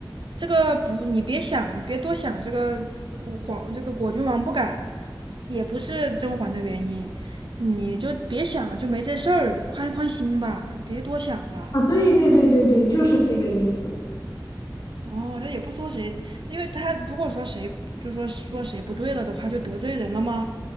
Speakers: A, on the right; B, on the left.
A: 这个不，你别想，别多想，这个皇这个果郡王不敢，也不是甄嬛的原因，你就别想了，就没这事儿，宽宽心吧，别多想了。
B: 啊，对对对对对，就是这个意思。
A: 哦，这也不说谁，因为他如果说谁就说说谁不对了的话，就得罪人了吗？